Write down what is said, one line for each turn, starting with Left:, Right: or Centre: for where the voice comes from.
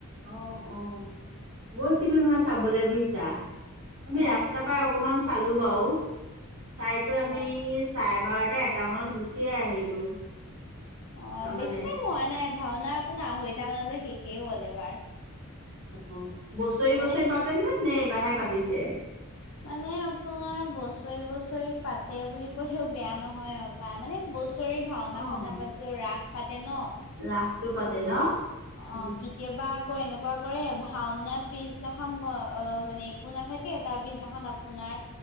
Right: অ অ গৈছিলো নহয় চাবলৈ বুজিছা আমি
Left: অ
Right: ৰাস্তা পাই অকমান চালো বাও চাইকৈ
Left: অ
Right: আমি চাৰে বাৰতা এটা মানত গুচিয়ে আহিলো।
Left: অ
Right: তাৰমানে
Left: বেছি টাইম হোৱা নাই ভাওনা আপোনাৰ আঢ়ৈটা মানলৈ শেষেই হ'ল এবাৰ।
Right: অ বছৰি
Left: মানে
Right: বছৰি পাতেনে নে এবাহে পাতিছে?
Left: মানে আপোনাৰ বছৰি বছৰি পাতে বুলি ক'লেও বেয়া নহয় অ পায় মানে ব হুচৰি ভাওনাখন
Right: অ',
Left: নাপাতিলেও ৰাস এ ন
Right: ৰাসটো পাতে ন উম
Left: অ কেতিয়াবা ক এনেকোৱা কৰে ভাওনাৰ পিছদিনাখন অ মানে একো নাথাকে তাৰ পিছ দিনাখন আপোনাৰ